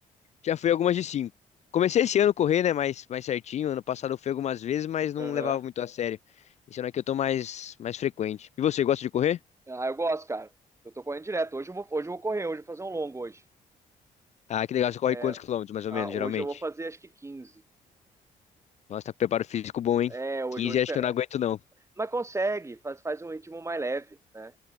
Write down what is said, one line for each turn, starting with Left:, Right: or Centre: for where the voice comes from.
Left: Já fui algumas de cinco Comecei esse ano a correr, né, mais, mais certinho. Ano passado eu fui algumas vezes, mas não
Right: Aham.
Left: levava muito a sério. Esse ano aqui eu tô mais, mais frequente. E você, gosta de correr?
Right: Ah, eu gosto, cara. Eu tô correndo direto. Hoje eu vou, hoje eu vou correr, hoje eu vou fazer um longo hoje.
Left: Ah, que legal. Você corre
Right: É,
Left: quantos quilômetros, mais ou
Right: ah,
Left: menos,
Right: hoje
Left: geralmente?
Right: eu vou fazer acho que 15.
Left: Nossa, tá com preparo físico bom, hein?
Right: É, hoje
Left: quinze
Right: eu vou esperar.
Left: acho que eu não aguento, não.
Right: Mas consegue, faz, faz um ritmo mais leve, né?